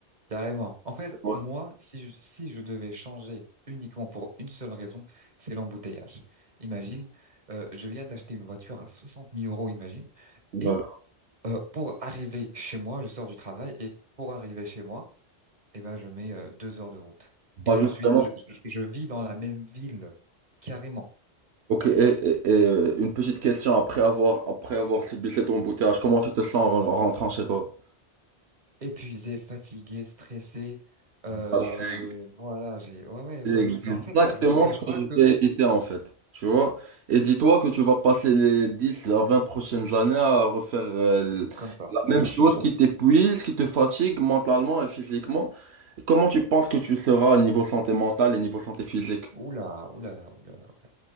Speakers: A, on the right; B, on the right.
A: Carrément. En fait,
B: Ouais.
A: moi, si je, si je devais changer uniquement pour une seule raison, c'est l'embouteillage. Imagine, euh, je viens d'acheter une voiture à 60 000 euros, imagine.
B: Bah,
A: Et Euh, pour arriver chez moi, je sors du travail et pour arriver chez moi, eh ben, je mets euh, deux heures de route. Et
B: Pas justement.
A: je suis, je, je- je vis dans la même ville, carrément.
B: Ok, et, et- et, euh, une petite question après avoir, après avoir subi cet embouteillage, comment tu te sens en en rentrant chez toi?
A: Épuisé, fatigué, stressé. Euh,
B: Bah, c'est
A: voilà, j'ai, ouais, ouais,
B: c'est
A: ouais. ouais, je- Non, en
B: exactement
A: fait, je te cache
B: ce que
A: pas
B: je
A: que
B: vais éviter en fait, tu vois? Et dis-toi que tu vas passer les 10 à 20 prochaines années à refaire euh,
A: comme ça,
B: la même
A: la même
B: chose
A: chose.
B: qui t'épuise, qui te fatigue mentalement et physiquement. Comment tu penses que tu seras au niveau santé mentale et niveau santé physique?
A: Oula, oulala, oulala, oulala.